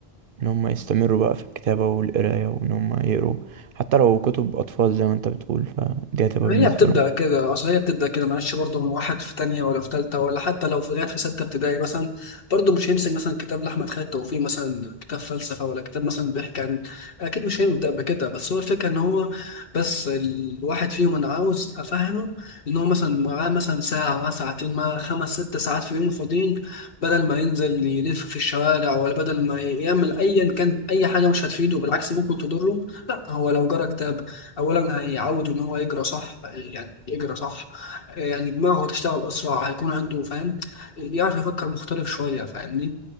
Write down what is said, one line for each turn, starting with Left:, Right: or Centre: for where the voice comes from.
Right: ان هم يستمروا بقى في الكتابة والقراية وان هم يقروا حتى لو كتب اطفال زي ما انت بتقول فدي هتبقى بالنسبة
Left: هي بتبدأ
Right: لهم
Left: كده أصل هي بتبدأ كده معلش برضه من واحد في تانية ولا في تالتة ولا حتى لو في لغاية في ستة ابتدائي مثلا برضه مش هيمسك مثلا كتاب لأحمد خالد توفيق مثلا كتاب فلسفة ولا كتاب مثلا بيحكي عن أكيد مش هيبدأ بكده بس هو الفكرة إن هو بس الواحد فيهم أنا عاوز أفهمه إن هو مثلا معاه مثلا ساعة معاه ساعتين معاه خمس ست ساعات في يومه فاضيين بدل ما ينزل يلف في الشوارع ولا بدل ما يعمل أيا كان أي حاجة مش هتفيده بالعكس ممكن تضره لا هو لو جرى كتاب اولا هيعود ان هو يجرى صح يعني يجرى صح يعني دماغه هتشتغل اسرع هيكون عنده فاهم يعرف يفكر مختلف شويه فاهمني